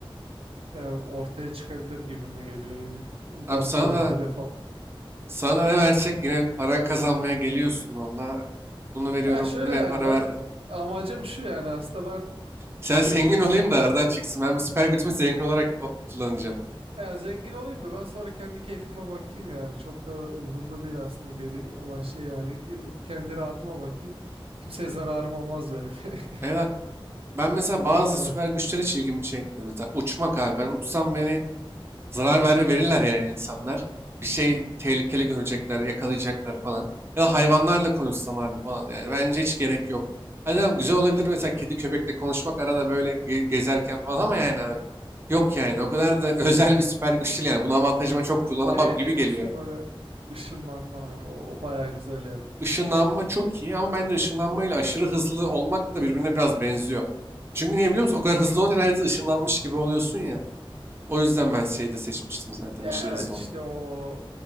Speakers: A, on the right; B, on the right.
A: yani ortaya çıkabilir gibi mi geliyor yani. E,
B: Abi
A: Daha
B: sana
A: sonra
B: da
A: hedef al.
B: sana da ne versek yine para kazanmaya geliyorsun valla. Bunu veriyorum
A: Ya şöyle
B: yine
A: yani
B: para
A: ben
B: verdi.
A: amacım şu yani aslında ben
B: Sen
A: etliye
B: zengin olayım
A: s-
B: da aradan çıksın. Ben bu süper gücümü zengin olarak o- kullanacağım.
A: yani zengin olayım da ben sonra kendi keyfime bakayım yani çok da umurumda değil aslında geri olan şey yani kendi rahatıma bakayım kimseye zararım olmaz benim. <laughs>
B: Evet. Ben mesela bazı
A: Ee,
B: süper güçler hiç ilgimi çekmiyor. Mesela uçmak abi. Ben uçsam beni Zarar ver verirler yani insanlar. Bir şey tehlikeli görecekler, yakalayacaklar falan. Ya da hayvanlarla konuşsam abi falan yani. Bence hiç gerek yok. Hani abi güzel olabilir mesela kedi köpekle konuşmak arada böyle ge- gezerken falan ama yani abi. Yok yani o kadar da <laughs> özel bir süper güç değil yani. Bunu avantajıma çok kullanamam
A: şeye
B: gibi
A: ne diyorsun
B: geliyor.
A: böyle ışınlanma hani o, o bayağı güzel yani.
B: Işınlanma çok iyi ama bence ışınlanmayla aşırı hızlı olmak da birbirine biraz benziyor. Çünkü niye biliyor musun? O kadar hızlı olunca neredeyse ışınlanmış gibi oluyorsun ya. O yüzden ben şeyi de seçmiştim zaten
A: Ya
B: aşırı hızlı
A: evet işte
B: olmayı.
A: o